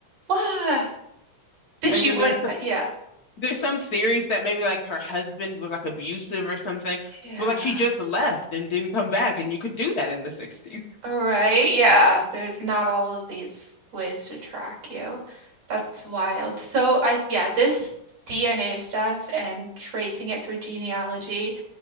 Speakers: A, on the right; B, on the left.
A: Wow. Did
B: And
A: she
B: then
A: would
B: there's
A: yeah.
B: There's some theories that maybe like her husband was like abusive or something,
A: Yeah.
B: but like she just left and didn't come back, and you could do that in the 60s.
A: All right. Yeah. There's not all of these ways to track you. That's wild. So I yeah, this DNA stuff and tracing it through genealogy.